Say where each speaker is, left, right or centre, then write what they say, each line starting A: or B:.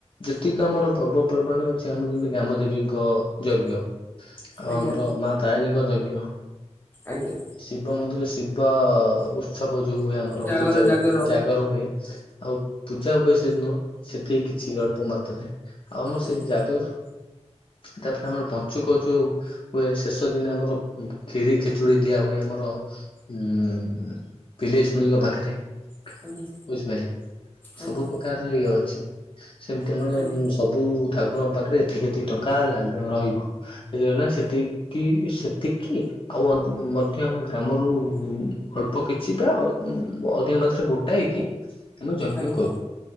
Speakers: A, on the left; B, on the left.
A: ଯେତିକ ଆମର ପର୍ବପର୍ବାଣି ଅଛି ଆମର ଯେମିତି ଗ୍ରାମଦେବୀଙ୍କ ଯଜ୍ଞ ଆଉ
B: ଆଜ୍ଞା।
A: ଆମର ମା ତାରିଣୀଙ୍କ ଯଜ୍ଞ
B: ଆଜ୍ଞା।
A: ଶିବ ମନ୍ଦିର ଶିବ ଉତ୍ସବ ଯୋଉ ହୁଏ ଆମର
B: ଜାଗର
A: ପୂଜା ଗୋ
B: ଜାଗର
A: ଜା ଗର ହୁଏ ଆଉ ପୂଜା ହୁଏ ସେଦିନ ସେଠି କିଛି ଅଳ୍ପ ମାତ୍ରାରେ ଆଉ ମର
B: ଆଜ୍ଞା
A: ସେଇ ଜାଗର ତାପରେ ଆମର ପଞ୍ଚୁକ ଯୋଉ ହୁଏ ଶେଷ ଦିନେ ଆମର ଖିରି ଖେଚୁଡି ଦିଆ ହୁଏ ଆମର ହୁଁ ପିଲେଇ ଶୁଣିବ ପାଖରେ। ବୁଝିପାଇଲେ
B: ଆଜ୍ଞା ଆଜ୍ଞା
A: ସବୁ ପ୍ରକାରର ଇଏ ଅଛି ସେମିତି ଆମର
B: ଆଜ୍ଞା
A: ସବୁ ଠାକୁରଙ୍କ ପାଖରେ ଏତିକି ଏତିକି ଟଙ୍କା ହେଲା ଗ ରହିବ। ଯେ ନା ସେତିକି ସେତିକି ଆଉ ଅନ୍ ମଧ୍ୟ ଆମ ଗ୍ରାମରୁ ଉ ଅଳ୍ପ କିଛି ବା ଉଁ ଅଧିକା ମାତ୍ରା ଗୋଟା ହେଇକି ଆମେ ଯଜ୍ଞ
B: ଆଜ୍ଞା
A: କରୁ।